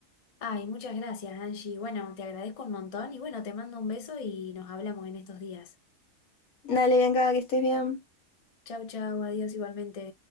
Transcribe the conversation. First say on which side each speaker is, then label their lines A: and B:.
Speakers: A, on the left (about 45°); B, on the left (about 80°).
A: Ay, muchas gracias, Angie. Bueno, te agradezco un montón y bueno, te mando un beso y nos hablamos en estos días.
B: Dale, Bianca, que estés bien.
A: Chau, chau, adiós igualmente.